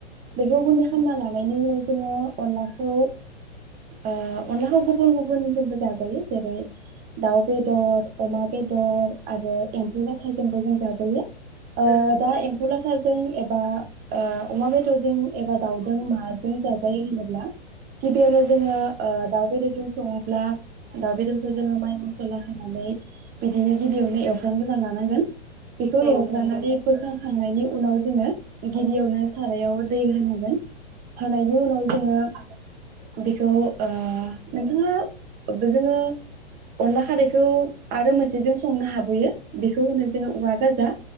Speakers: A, on the right (about 25°); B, in the centre.
A: बेखौ
B: उम
A: गुन्दै खामना ला नायनि उनाव जोंङो अनलाखौ ओ अनलाखौ गुबुन गुबुनजोंबो जाजायो जेरै दाउ बेदर, अमा बेदर आरो एम्फौ लाथाजोंबो जों जाजायो। अ
B: ओ
A: दा एम्फौ लाथा जों एबा ओ अमा बेदरजों एबा दाउजों माजों जायो होनोब्ला गिबियावनो जोंङो ओ दाउ बेदरजों संङोब्ला दाउ बेदरखौ जोङो माइ मसला होनानै बिदिनो गिबियावनो एवफ्राम ग्रोना लानांगोन बेखौ
B: औ
A: एवग्रोनानै
B: नंगौ
A: बोखांखांनायनि उनाव जोंङो गिबियावनो सारायाव दै होनांगोन होनाय नि उनाव जोंङो बेखौ नोंथाङा जोंङो अनला खारैखौ आरो मोनसेजों संनो हाबोयो बेखौ होनो जोंङो औवा गाजा